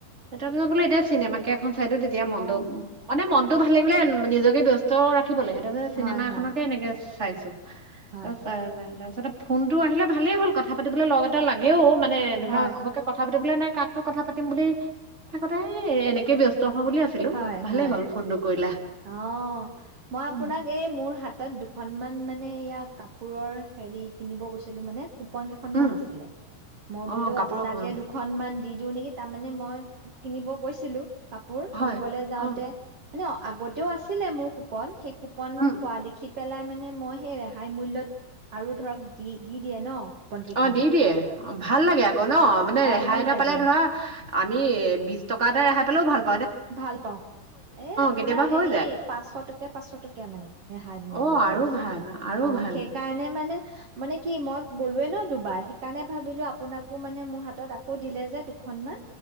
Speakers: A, on the right (about 20°); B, on the right (about 45°).
A: এটা বজা বোলে এতিয়া চিনেমাকে এখন হয়তো তেতিয়া মনতো,
B: অ
A: এনে মনতটো ভাল লাগিবলে ম নিজক এ ব্যস্ত ৰা খিবল হেতুকে চিনেমাখনকে
B: হয় হয়
A: এনেকে চাইছো।
B: হয়, হ
A: পাৰা যায়, তাৰপিছতে ফোন টো আহিলে ভালেই হ'ল। কথা পাতিবলৈ লগ এটা লাগেও। মানে, ধৰা
B: হয়
A: ঘৰকে কথা পাতিবলে নাই কাকনো কথা পাতিম বুলি থাকোতে এ এনেকে ব্যস ত হও বুলি আছিলো,
B: হয়
A: ভালেই
B: হয়
A: হ'ল ফোনটো কৰিলা।
B: অ, মই
A: উম
B: আপোনাক এই মোৰ হাতত দুখন অনমান মানে ইযয়া কাপোৰৰ হেৰি কিনিব গৈছিলো মানে কুপন ক
A: উম
B: আছিলে মই
A: অ
B: বোলো
A: কাপোৰৰ
B: আপোনে
A: কথা
B: দুখন দি দিওঁ নেকি তাৰমানানে মই কিনিব কৈছিলো কাপোৰ কিনিবলৈ
A: হয়
B: যাওঁতে
A: অ
B: ন ন আগতেও আছিলে মোৰ কুপন সেই কুপন
A: উম
B: পোৱা দেখি পেলাই মানে মই সেই ৰেহাই মূল্য়ত আৰু ধৰক দি দি দিয়ে ন কুপন কেইখনৰ
A: অ দি দিয়ে অ ভাল লাগে আকৌ ন মানে
B: অ',
A: ৰেহাই
B: ভাল
A: এটা
B: লাগে
A: পালে ধৰা আমি বিশ টকা ককাতেৰেই পওাল
B: ভাল পাও এ আপোনাৰ
A: কেতিয়াবা
B: হেৰি
A: হৈ যায়
B: পাঁচশ টকীয়া পাঁচশ টকীয়া মানে ৰেহাই মূল্্যত
A: অ
B: দি
A: আৰু
B: আছে
A: ভাল আৰু
B: অ
A: ভাল
B: সেইকাৰণে মানে মানে কি মই গলোয়ে ন দুবাৰ সেইকাৰণে ভাবিলো আপোনাকো মানে মোৰ হাতত আকৌ দিলে যে দুখনমান